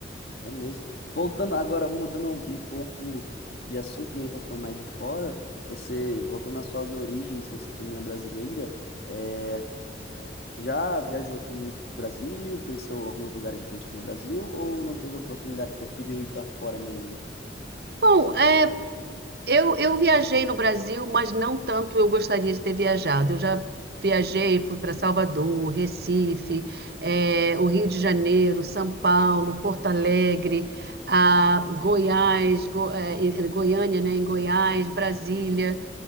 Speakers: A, on the left; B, on the right.
A: É mesmo. Voltando agora, mudando um um pouco de assunto, que a gente está falando mais de fora, você, voltando às suas origens, você também é brasileira, é, já viajou aqui muito pro Brasil, conheceu alguns lugares diferentes aqui no Brasil, ou não teve oportunidade, preferiu ir para fora mesmo?
B: Bom, é, eu, eu viajei no Brasil, mas não tanto eu gostaria de ter viajado. Eu já viajei, fui para Salvador, Recife, é, o Rio de Janeiro, São Paulo, Porto Alegre, ah, Goiás, Go- é, em Goiânia, né, em Goiás, Brasília.